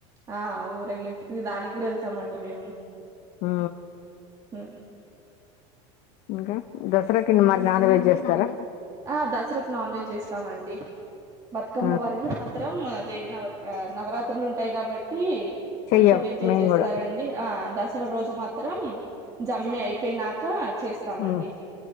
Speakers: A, on the right; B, on the left.
A: ఆ ఊరగింపుకి దానికి కూడా వెళ్తామండి మేము
B: ఆ
A: ఆ
B: ఇంకా దసరాకి మరి నాన్ వెజ్ చేస్తారా
A: ఆ దసరాకు నాన్ వెజ్ చేస్తామండి బతుకమ్మ
B: ఆ
A: వరకు మాత్రం దేవి నవత్ర నవరాత్రులు ఉంటాయి కాబట్టి
B: చెయ్యం
A: అంత వెజ్ఎ
B: మేము
A: చేస్తారండి
B: కూడా
A: ఆ ద చివరోజు మాత్రం జమ్మి అయిపోయినాక చేస్తామండి
B: ఉమ్